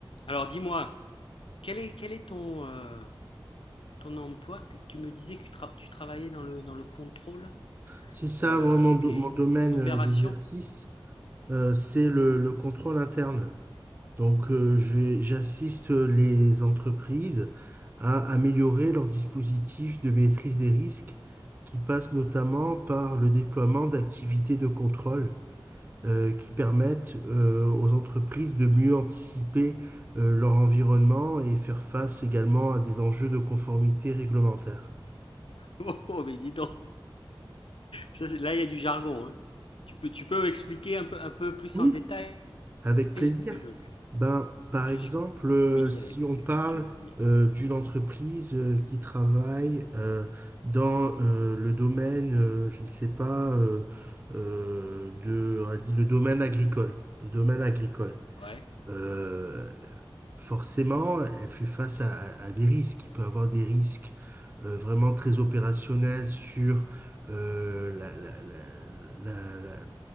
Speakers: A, on the left (about 80°); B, on the right (about 25°).
A: Alors dis-moi, quel est, quel est ton, euh, ton emploi? Tu me disais que tu, tra- tu travaillais dans le, dans le contrôle
B: C'est ça,
A: euh,
B: moi, mon, do-
A: des
B: mon domaine
A: opérations.
B: euh, d'exercice,
A: <laughs>
B: euh, c'est le, le contrôle interne. Donc, euh, je- j'assiste euh, les entreprises à améliorer leur dispositif de maîtrise des risques, qui passe notamment par le déploiement d'activités de contrôle euh, qui permettent euh, aux entreprises de mieux anticiper euh, leur environnement et faire face également à des enjeux de conformité réglementaire.
A: Oh, oh, mais dis donc, Ça, c'est- là il y a du jargon, hein. Tu peux, tu peux m'expliquer un peu, un peu plus
B: Oui,
A: en détail
B: Avec plaisir.
A: parce que je,
B: Ben, par
A: je
B: exemple,
A: suis
B: euh,
A: familier
B: si
A: avec,
B: on
A: avec
B: parle
A: ce que tu dis.
B: euh, d'une entreprise euh, qui travaille euh, dans euh, le domaine, euh, je ne sais pas, euh, euh, de, on a dit le domaine agricole. Le domaine agricole
A: Ouais,
B: euh, forcément, elle fait face à, à- à des risques. Il peut avoir des risques euh, vraiment très opérationnels sur euh, la, la- la- la- la-